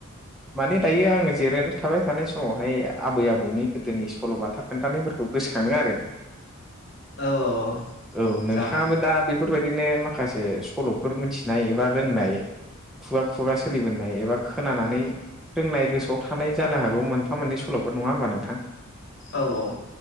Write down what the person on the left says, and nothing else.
औ औ।
जागोन
औ औ।